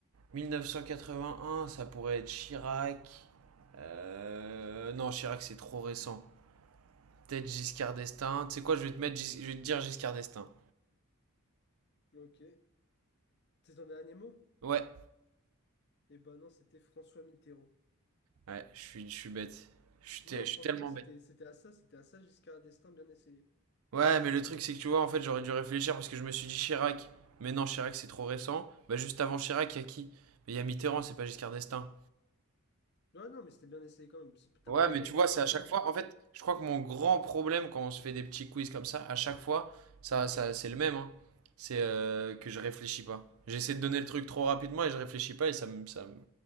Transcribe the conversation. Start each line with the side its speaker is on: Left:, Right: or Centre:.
Right: mille neuf cent quatre-vingt un ça pourrait être Chirac. Euh, Non, Chirac, c'est trop récent. Peut-être Giscard d'Estaing. Tu sais quoi, je vais te mettre, Gis- je vais te dire Giscard d'Estaing.
Left: un un Ok. C'est ton dernier mot?
Right: Ouais.
Left: Eh ben non, c'était François Mitterrand.
Right: Ouais, je suis, je suis bête. Je suis, te-
Left: Non,
Right: je suis
Left: franchement,
Right: tellement
Left: c'était
Right: bête.
Left: c'était à ça, c'était à ça Giscard d'Estaing, bien essayé.
Right: Ouais, mais le truc, c'est que tu vois, en fait, j'aurais dû réfléchir parce que je me suis dit Chirac. Mais non, Chirac, c'est trop récent. Bah, juste avant Chirac, il y a qui? Mais il y a Mitterrand, c'est pas Giscard d'Estaing.
Left: Ouais, non, mais c'était bien essayé quand même. c'est- T'as
Right: Ouais,
Left: pas répondu
Right: mais tu vois,
Left: François
Right: c'est à chaque
Left: Hollande,
Right: fois.
Left: quoi.
Right: En fait, je crois que mon grand problème quand on se fait des petits quiz comme ça, à chaque fois, ça, ça, c'est le même, hein. C'est euh, que je réfléchis pas. J'essaie de donner le truc trop rapidement et je réfléchis pas et ça me, ça me-